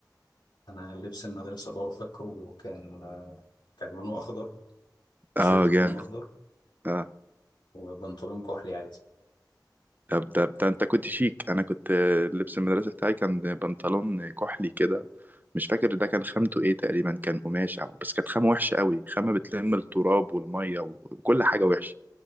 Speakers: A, on the left (about 85°); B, on the right (about 25°).
A: انا لبس المدرسه اه فاكره كان كان لونه اخضر
B: اه
A: تيشيرت لونه
B: جامد
A: اخضر
B: اه
A: وبنطلون كحلي عادي
B: طب ده, ده انت كنت شيك انا كنت آه، لبس المدرسه بتاعي كان بنطلون كحلي كده مش فاكر ده كان خامته ايه تقريبا كان قماش او بس كانت خامه وحشه قوي خامه بتلم التراب والميه و- وكل حاجه وحشه